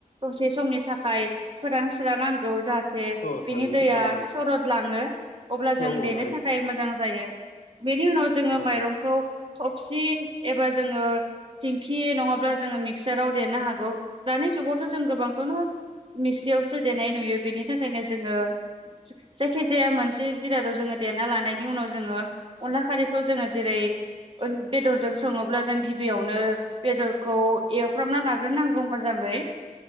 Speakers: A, on the right; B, on the left.
A: दसे समनि थाखाय फोरान स्रा नांगौ जाहाथे
B: औ
A: बिनि
B: थारैनो
A: दैया
B: औ औ
A: सरद लाङो। अब्ला जों
B: औ औ
A: देनो
B: थारैनो
A: थाखाय मोजां जायो बेनि उनाव जोङो
B: औ
A: माइरंखौ थबसि एबा जोङो थिंखि नङाब्ला जोङो मिक्साराव देरनो हागौ दानि जुगावथ' जों गोबांखौनो मिक्सियावसो देनाय नुयो बेनि थाखायनो जोङो जायखि जाया मोनसे जिरादाव जोङो देरना लानायनि उनाव जोङो अनला खारैखौ जोंड़ो जेरै बेदरजों सोङोब्ला जों गिबियावनो बेदरखौ एवफ्रामनानै लाग्रोनांगौ मोजाङै